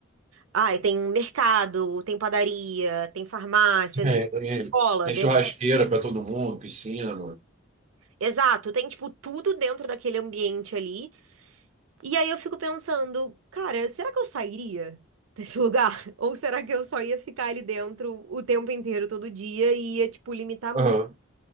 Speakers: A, on the right; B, on the right.
A: Ah, tem um mercado, tem padaria, tem farmácia, às
B: É,
A: vezes tem
B: tem,
A: escola
B: tem
A: dentro.
B: churrasqueira para todo mundo, piscina.
A: Exato, tem, tipo, tudo dentro daquele ambiente ali. E aí eu fico pensando, cara, será que eu sairia desse lugar? <laughs> Ou será que eu só ia ficar ali dentro o tempo inteiro, todo dia, e ia, tipo, limitar muito
B: Aham,